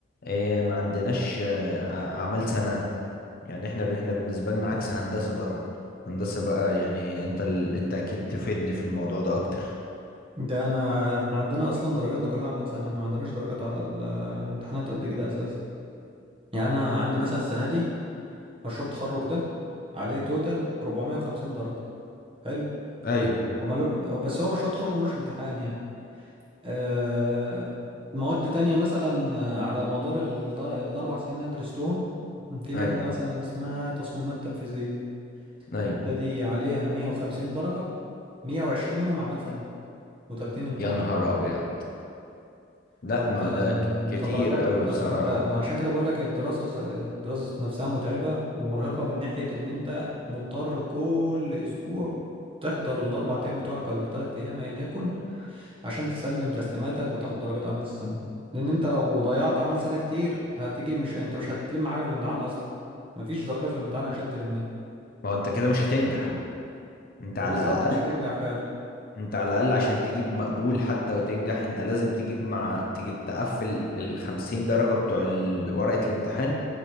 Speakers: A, on the left (about 50°); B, on the right (about 30°).
A: إيه ما عندناش آه، أعمال سنة يعني احنا ب- احنا بالنسبة لنا عكس هندسة طبعا هندسة بقى يعني انت ال... انت اكيد تفيدني في الموضوع ده اكتر
B: ده انا احنا عندنا اصلا درجاتنا كلها اعمال سنة احنا ما عندناش درجات على الامتحانات قد كده اساسا يعني انا عندي مثلا السنة دي مشروع التخرج ده عليه توتال 450 درجة حلو
A: ايوه
B: ومالو... أو بس هو مشروع التخرج ملوش امتحان يعني آه، مواد تانية مثلا آه، على مدار ال- الأربع سنين اللي أنا درستهم في
A: ايوه
B: مادة مثلا اسمها تصميمات تنفيذية
A: ايوه
B: المادة دي عليها 150 درجة 120 منهم عمل سنة و30 امتحان
A: يا نهار ابيض لا
B: فأنت
A: ما
B: أنت
A: ده ك... كتير
B: درجات
A: قوي
B: د-
A: بصراحة
B: فأنت عشان كده بقول لك الدراسة الدراسة نفسها متعبة ومرهقة من ناحية إن أنت مضطر كل أسبوع تحضر الأربع أيام بتوعك ولا التلات أيام أيا يكن عشان تسلم تسليماتك وتاخد درجات اعمال السنه لان انت لو ضيعت عمل سنه كتير هتيجي مش انت مش هتلم حاجه في الامتحان اصلا مفيش درجات في الامتحان عشان تلمها
A: ما هو انت كده مش هتنجح انت على
B: وبالظبط
A: الاقل
B: مش هتنجح فعلا
A: انت على الاقل عشان تجيب مقبول حتى وتنجح انت لازم تجيب مع تجي تقفل ال 50 درجة بتوع ال- ورقة الامتحان